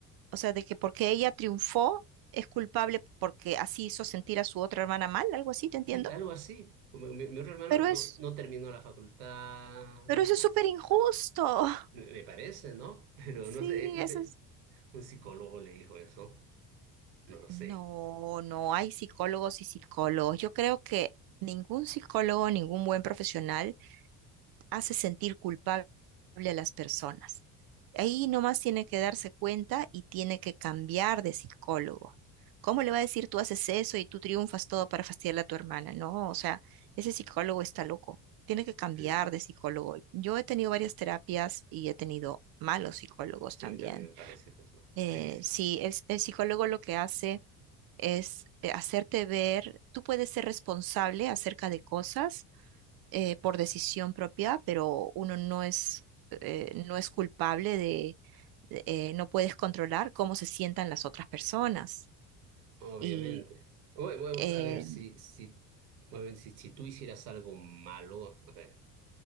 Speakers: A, on the right; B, on the right.
A: o sea, de que porque ella triunfó es culpable porque así hizo sentir a su otra hermana mal, algo así, ¿te entiendo?
B: Sí, algo así. Mi, mi- mi otra hermana
A: Pero
B: no,
A: es,
B: no terminó la facultad,
A: pero
B: no
A: eso es súper
B: sé,
A: injusto. <laughs>
B: me, me parece, ¿no? <laughs> Pero
A: Sí,
B: no sé, eh,
A: eso
B: eh,
A: es.
B: un psicólogo le dijo eso. No lo
A: No,
B: sé.
A: no hay psicólogos y psicólogos. Yo creo que ningún psicólogo, ningún buen profesional hace sentir culpable a las personas. Ahí nomás tiene que darse cuenta y tiene que cambiar de psicólogo. ¿Cómo le va a decir tú haces eso y tú triunfas todo para fastidiarle a tu hermana? No, o sea, ese psicólogo está loco. Tiene que cambiar
B: Mm.
A: de psicólogo. Yo he tenido varias terapias y he tenido malos psicólogos
B: Sí,
A: también.
B: a mí también me parece que es más.
A: Eh,
B: Sí, que sí.
A: sí, el el psicólogo lo que hace es eh, hacerte ver, tú puedes ser responsable acerca de cosas eh, por decisión propia, pero uno no es, eh, no es culpable de, de- eh, no puedes controlar cómo se sientan las otras personas.
B: Obviamente.
A: Y
B: Bueno, bueno,
A: eh,
B: a ver, si, si, bueno, si, si tú hicieras algo malo, a ver,